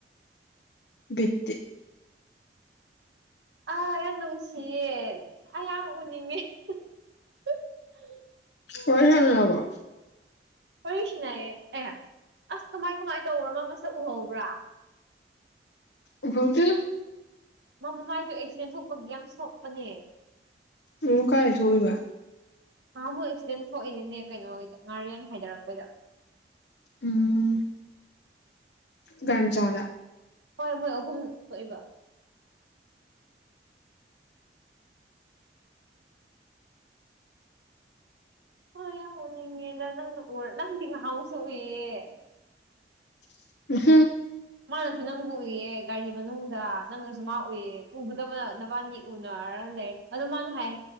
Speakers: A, on the left; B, on the right.
A: ꯕꯤꯠꯇꯤ
B: ꯑꯥ ꯌꯥꯝ ꯅꯨꯡꯁꯤꯌꯦ ꯑꯩ ꯌꯥꯝ ꯎꯅꯤꯡꯉꯦ <inaudible>
A: ꯋꯥꯔꯤ ꯁꯥꯅꯔꯕꯣ
B: ꯋꯥꯔꯤ ꯁꯅꯩꯑꯦ ꯑꯦ ꯑꯁ ꯀꯃꯥꯏ ꯀꯃꯥꯏ ꯇꯧꯔꯅꯣ ꯃꯁꯛ ꯎꯍꯧꯕ꯭ꯔꯥ
A: ꯎꯍꯧꯗꯦ
B: ꯃꯥ ꯃꯃꯥꯏꯗꯣ ꯑꯦꯛꯁꯤꯗꯦꯟ ꯊꯣꯛꯄꯒꯤ ꯌꯥꯝ ꯁꯣꯛꯄꯅꯦ
A: ꯑꯃꯨꯛ ꯀꯥꯏ ꯊꯣꯛꯎꯏꯕ
B: ꯅꯍꯥꯥꯃꯨꯛ ꯑꯦꯛꯁꯤꯗꯦꯟ ꯊꯣꯛꯏꯅꯤꯅꯦ ꯀꯩꯅꯣꯒꯤꯗ ꯉꯥꯔꯤꯌꯥꯟ ꯍꯥꯏꯗꯔꯛꯄꯩꯗ
A: ꯎꯝ ꯒꯔꯤꯝꯆꯥꯗ
B: ꯍꯣꯏ ꯃꯣꯏ ꯑꯍꯨꯝ ꯊꯣꯛꯏꯕ ꯍꯣꯏ ꯌꯥꯝ ꯎꯅꯤꯡꯉꯦꯅ ꯅꯪꯅ ꯎ ꯅꯪꯗꯤ ꯉꯍꯥꯃꯨꯛꯁꯨ ꯎꯏꯌꯦ
A: <inaudible>
B: ꯃꯥꯅꯁꯨ ꯅꯪꯕꯨ ꯎꯏꯌꯦ ꯒꯥꯔꯤ ꯃꯅꯨꯡꯗ ꯅꯪꯅꯁꯨ ꯃꯥ ꯎꯏꯌꯦ ꯎꯒꯗꯕꯅ ꯅꯕꯥꯅꯤ ꯎꯅꯔ ꯂꯩꯔꯦ ꯑꯗꯣ ꯃꯥꯅ ꯍꯥꯏ